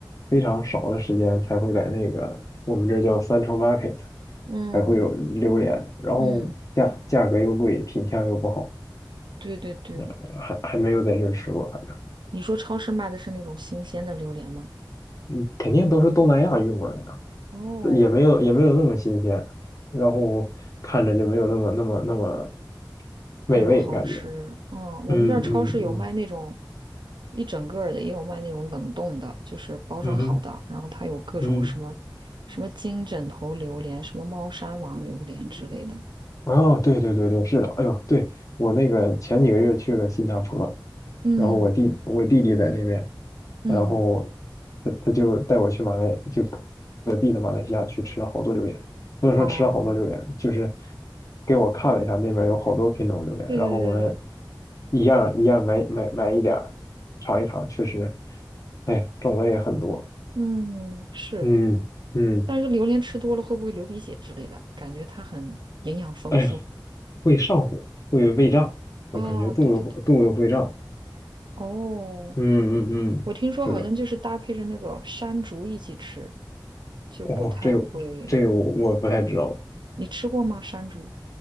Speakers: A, on the left; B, on the right.
A: 非常少的时间才会在那个我们这儿叫 Central Market
B: 嗯
A: 才会有榴莲，然后价价格又贵，
B: 嗯，
A: 品相又不好，
B: 对对对，
A: 呃，还还没有在这儿吃过，反正
B: 你说超市卖的是那种新鲜的榴莲吗？
A: 嗯肯定都是东南亚运过来的，
B: 哦，
A: 也没有也没有那么新鲜，然后看着就没有那么那么那么美味感觉，
B: 那么好吃，嗯，我们这儿超市有卖那种
A: 嗯嗯嗯
B: 一整个儿的，也有卖那种冷冻的，就是包装好的，
A: 嗯哼
B: 然后它有各种什么
A: 嗯。
B: 什么金枕头榴莲、什么猫山王榴莲之类的。
A: 哦，对对对对，是的，哎呦，对，我那个前几个月去了新加坡，
B: 嗯
A: 然后我弟我弟弟在那边，
B: 嗯，
A: 然后他他就带我去马来，就隔壁的马来西亚去吃了好多榴莲，不能说吃了好多榴莲，
B: 哦，
A: 就是给我看了一下那边有好多品种榴莲，
B: 对对对对对，
A: 然后我们一样一样买买买一点儿尝一尝，确实，哎呀，种类也很多，
B: 嗯，是。
A: 嗯嗯，
B: 但是榴莲吃多了会不会流鼻血之类的？感觉它很营养丰富。
A: 哎呀，会上火，会胃胀，我感觉肚子肚子会胀。
B: 哦，对对对，哦，
A: 嗯嗯嗯，
B: 我听说好像就是搭配着那个山竹一起吃，
A: 是的，
B: 就不太会。
A: 哦，这个这个我我不太知道，
B: 你吃过吗？山竹？